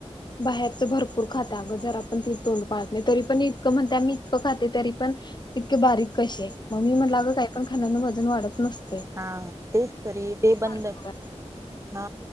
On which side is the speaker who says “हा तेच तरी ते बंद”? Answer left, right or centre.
Right